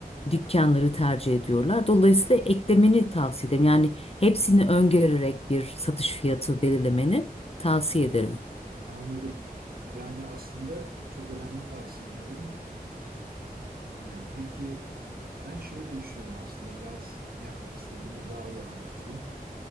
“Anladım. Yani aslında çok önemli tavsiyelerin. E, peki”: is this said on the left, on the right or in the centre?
Right